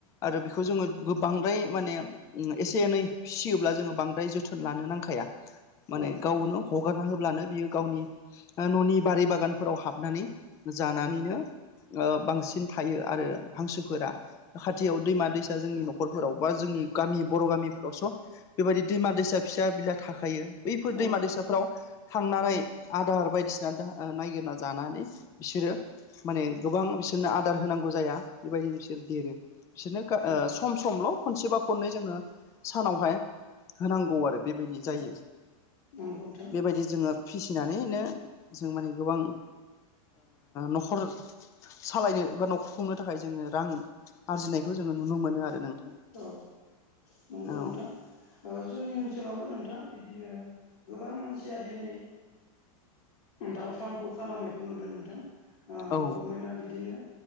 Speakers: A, on the left; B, on the left.
A: आरो बेखौ जोङो गोबांद्राय माने एसे एनै फियोब्ला जोङो बांद्राय जोथोन लानो नांखाया माने
B: औ
A: गावनो हगारना होब्लानो बियो गावनि न'नि बारि बागानफोराव हाबनानै जानानैनो बांसिन थायो आरो हांसोफोरा खाथियाव दैमा दैसा जोंनि न'खरफोराव बा जोंनि गामि बर' गामिफोरावस' बेबायदि दैमा दैसा फिसा बिला थाखायो बैफोर
B: औ
A: दैमा दैसाफ्राव थांनानै आदार बायदिसिना नायगिरना जानानै बिसोरो माने गोबां बिसोरनो आदार होनांगौ जाया बेबायदिनो बिसोर देरो बिसोरनो
B: औ
A: सम समल' खनसेबा खननै जोङो सानावहाय होनांगौ आरो बेबायदि जायो।
B: नांगौ नोंथां।
A: बेबायदि जोङो फिसिनानैनो जों माने आ गोबां न'खर सालायनो बा न'खर खुंनो थाखाय जोङो रां आरजिनायखौ जोङो नुनो मोनो आरो नोंथां
B: औ नंगौ
A: औ
B: नोंथां। जोंनि ओनसोलावबो नोंथां बिदिनो गोबां मानसिया दिनै दाउ फार्मखौ खालामनायखौ नुदों नोंथां
A: औ
B: गभमेन्टआ बिदिनो